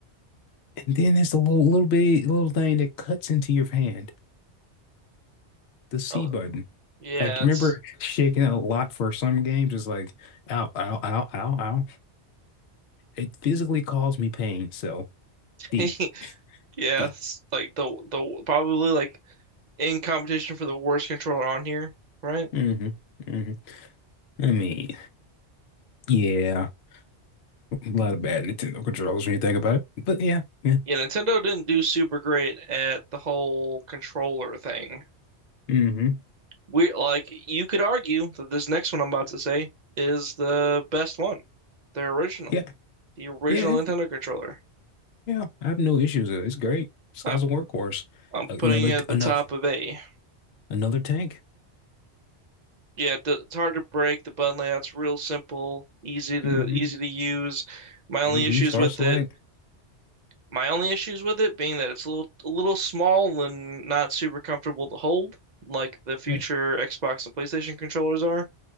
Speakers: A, on the left; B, on the right.
A: and then there's a little little bit little thing that cuts into your hand, the C
B: Oh,
A: button.
B: yeah,
A: Like, remember
B: it's
A: shaking out a lot for some games? It's like, ow, ow, ow, ow, ow. It physically caused me pain. So D,
B: <laughs> yeah, it's
A: D.
B: like the the probably like in competition for the worst controller on here, right?
A: Mm-hmm. Mm-hmm. I mean, yeah, a lot of bad Nintendo controllers when you think about it. But yeah, yeah,
B: Yeah, Nintendo didn't do super great at the whole controller thing.
A: mm hmm
B: We like you could argue that this next one I'm about to say is the best one. The original.
A: yeah,
B: The original
A: yeah, it's,
B: Nintendo controller.
A: yeah. I have no issues with it. It's great. So
B: I
A: it's a workhorse.
B: I'm
A: Another,
B: putting it at the
A: another,
B: top of A.
A: another tank.
B: Yeah, the, it's hard to break. The button layout's real simple, easy to
A: Mm-hmm.
B: easy to use. My only
A: A B
B: issues
A: star
B: with
A: select.
B: it, my only issues with it being that it's a little a little small and not super comfortable to hold, like the future
A: Yeah.
B: Xbox and PlayStation controllers are.